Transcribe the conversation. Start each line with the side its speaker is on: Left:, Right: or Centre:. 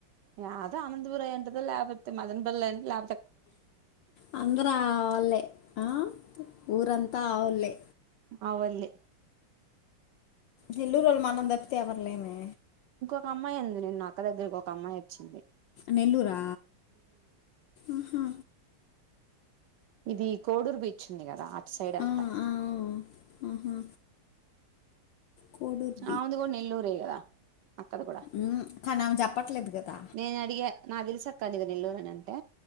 Right: యాదో అనంతపుర్ అయింటది లేపోతే మదన పెళ్ళి అయిం లే
Left: ఆ అందరు ఆవోల్లే ఆ ఊరంతా ఆవోల్లే.
Right: ఆవోల్లే
Left: నెల్లూరోళ్ళు మనం తప్పితే ఎవర్లేమే.
Right: ఒక అమ్మాయి ఉంది నిన్న అక్క దగ్గరకి ఒక అమ్మాయి వచ్చింది.
Left: నెల్లూరా ఆహా.
Right: ఇది కోడూరు బీచ్ ఉంది కదా అటు సైడ్ అంటా.
Left: ఆ, ఆ, ఆ. ఆహా కోడూరు
Right: ఆమెది కూడా నెల్లూరే కదా. అక్కది కూడా
Left: హ్ కని ఆమె చెప్పట్లేదు కదా.
Right: నేను అడిగా నాకు తెలుసు అక్క నీది నెల్లూరని అంటే